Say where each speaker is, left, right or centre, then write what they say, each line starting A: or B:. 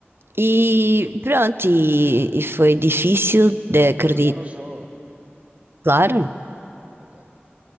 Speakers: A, on the right; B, on the right.
A: E pronto, e, e foi difícil de
B: Para
A: acreditar,
B: atazanar o Jó.
A: claro.
B: Ok.